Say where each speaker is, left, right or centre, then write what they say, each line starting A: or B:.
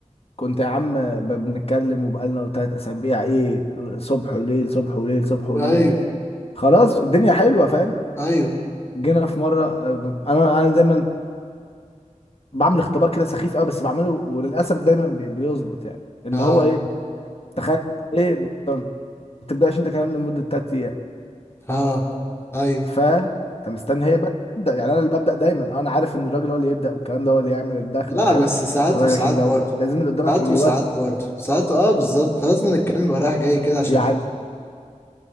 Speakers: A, on the left (about 50°); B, on the left (about 20°).
A: كنت يا عم ب- بنتكلم وبقالنا تلات اسابيع ايه صبح وليل صبح وليل صبح وليل
B: ايوه
A: خلاص الدنيا حلوه فاهم
B: ايوه
A: جينا في مره اه، انا انا دايما بعمل اختبار كده سخيف قوي بس بعمله وللاسف دايما بي- بيظبط يعني اللي
B: اه
A: هو ايه تخيل ايه ما بتبداش انت كلام لمده 3 ايام
B: اه ايوه
A: ف انت مستني هي بقى تبدا يعني انا اللي ببدا دايما آه، انا عارف ان الراجل هو اللي يبدا والكلام ده هو اللي يعمل الدخله
B: لا
A: وحلو
B: بس ساعات
A: خلاص
B: وساعات
A: لكن لو
B: برضو
A: لازم اللي قدامك
B: ساعات
A: يود
B: وساعات برضه ساعات اه بالظبط لازم الكلام يبقى رايح جاي كده عشان
A: يعني
B: ده